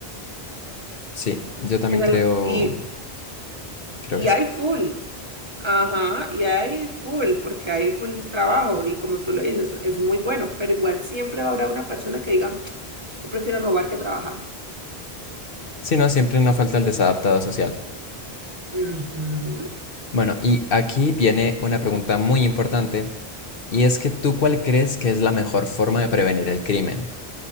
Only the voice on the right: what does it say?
Eso
es lo- y,
y
hay full, ajá, y hay full, porque hay full trabajo y como tú lo dices, es muy bueno, pero igual siempre habrá una persona que diga, yo prefiero robar que trabajar.
Ujú,